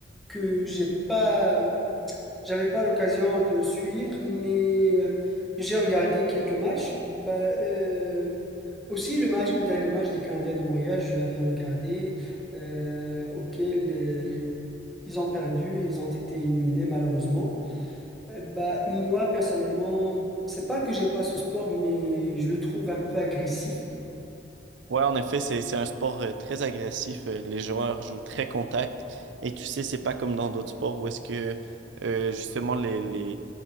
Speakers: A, in the centre; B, on the right (about 70°).
A: que j'ai pas. J'avais pas l'occasion de suivre, mais euh, j'ai regardé quelques matchs. Bah, euh, aussi le match, le dernier match des Canadiens de Montréal, je l'avais regardé, euh, auquel euh, ils ont perdu, ils ont été éliminés malheureusement. Euh, bah, moi personnellement, c'est pas que j'aime pas ce sport, mais je le trouve un peu agressif.
B: Ouais, en effet, c'est c'est un sport euh, très agressif. Euh, Les joueurs jouent très contact. Et tu sais, c'est pas comme dans d'autres sports où est-ce que euh, justement les, les,